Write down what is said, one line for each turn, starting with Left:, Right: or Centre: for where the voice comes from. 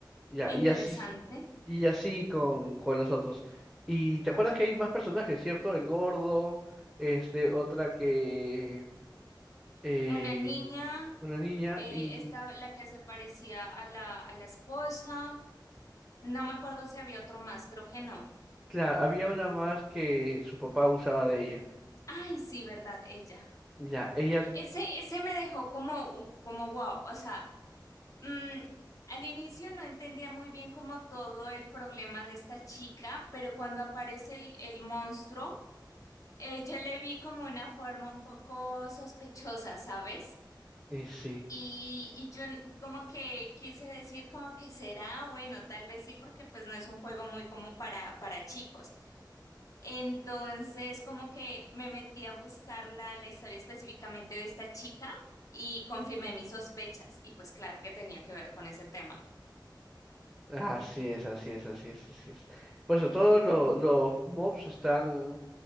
Centre: Ya,
Left: Interesante.
Centre: y así, s- y así con, con los otros. Y te acuerdas que hay más personajes, ¿cierto? El gordo, este, otra que, eh,
Left: Una niña,
Centre: una niña,
Left: eh,
Centre: y
Left: esta, la que se parecía a la, a la esposa. No me acuerdo si había otro más, creo que no.
Centre: claro, había una más que su papá usaba de ella.
Left: Ay, sí, verdad, ella.
Centre: Ya, ella,
Left: Ese, ese me dejó como, u- como wow. O sea, mm, al inicio no entendía muy bien como todo el problema de esta chica, pero cuando aparece el, el monstruo, eh, yo le vi como una forma un poco sospechosa, ¿sabes?
Centre: eh, sí.
Left: Y, y yo n- como que quise decir como que será, bueno, tal vez sí, porque pues no es un juego muy como para, para chicos. Entonces, como que me metí a buscar la, la historia específicamente de esta chica y confirmé mis sospechas. Y pues claro que tenía que ver con ese tema.
Centre: Así es, así es, así es, así es. Por eso todos lo- los mobs están,